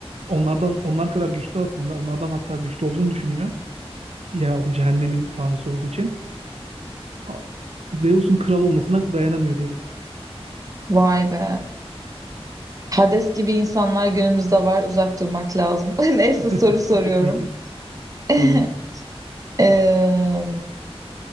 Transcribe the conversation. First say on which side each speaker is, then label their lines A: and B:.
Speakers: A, on the right; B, on the right.
A: Onlardan onlar kadar güçlü aslında. Onlardan hatta güçlü olduğunu düşünüyor. Yeraltı cehennemin tanrısı olduğu için. A- Zeus'un kral olmasına dayanamıyor diyelim.
B: Vay be. Hades gibi insanlar günümüzde var. Uzak durmak lazım. <laughs> Neyse
A: <laughs>
B: soru soruyorum.
A: Kesinlikle.
B: <laughs>
A: Tamam.
B: Eee,